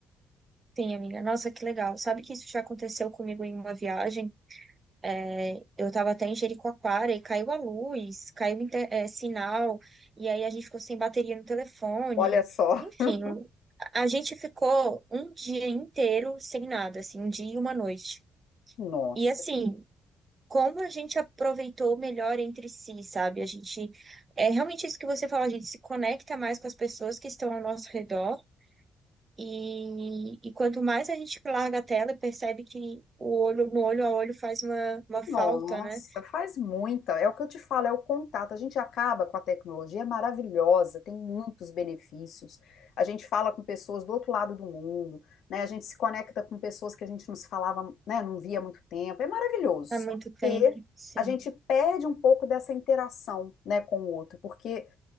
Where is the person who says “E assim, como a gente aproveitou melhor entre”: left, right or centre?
Right